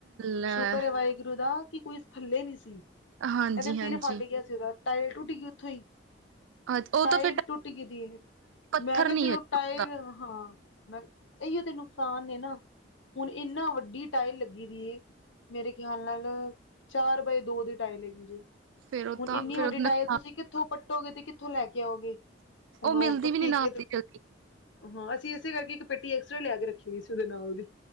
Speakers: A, on the right (about 80°); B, on the left (about 80°).
A: ਲੈ
B: ਸ਼ੁਕਰ ਏ ਵਾਹਿਗੁਰੂ ਦਾ ਕਿ ਕੋਈ ਥੱਲੇ ਨੀ ਸੀ,
A: ਹਾਂਜੀ-ਹਾਂਜੀ,
B: ਕਹਿੰਦੇ ਸਿਰ ਫਟ ਗਿਆ ਸੀਗਾ, ਟਾਇਲ ਟੁੱਟ ਗਈ ਉੱਥੋਂ ਹੀ
A: ਹਾਂ ਉਹ
B: ਟਾਇਲ
A: ਤਾਂ ਫਿਰ
B: ਟੁੱਟ ਗਈ ਦੀ,
A: ਪੱਥਰ
B: ਮੈਂ ਕਿਹਾ
A: ਨੀ
B: ਚਲੋ
A: ਹੈਗਾ
B: ਟਾਇਲ ਹਾਂ ਮੈਂ ਇਹੀਓ ਤੇ ਨੁਕਸਾਨ ਨੇ ਨਾ, ਹੁਨ ਇੰਨਾ ਵੱਡੀ ਟਾਇਲ ਲੱਗੀ ਦੀ ਮੇਰੇ ਖਿਆਲ ਨਾਲ, ਚਾਰ ਬਾਏ ਦੋ ਦੀ ਟਾਈਲ ਹੈਗੀ ਜੇ
A: ਫੇਰ ਉਹ
B: ਹੁਣ
A: ਤਾਂ
B: ਇੰਨੀ
A: ਫੇਰ
B: ਵੱਡੀ
A: ਉਹ
B: ਟਾਇਲ
A: ਨੁਕਸਾਨ
B: ਤੁਸੀਂ ਕਿੱਥੋਂ ਪੱਟੋਗੇ, ਤੇ ਕਿੱਥੋਂ ਲੈ ਕੇ ਆਓਗੇ ਹੁਨ ਉਹ
A: ਮਿਲਦੀ
B: ਟੁੱਟੀ
A: ਵੀ ਨੀ ਨਾਲ
B: ਦੀ ਹੈ ਤੇ
A: ਜਲਦੀ
B: ਹਾਂ, ਅਸੀਂ ਇਸੇ ਕਰਕੇ ਇੱਕ ਪੇਟੀ ਐਕਸਟਰਾ ਲਿਆ ਕੇ ਰੱਖੀ ਸੀ ਉਹਦੇ ਨਾਲ ਦੀ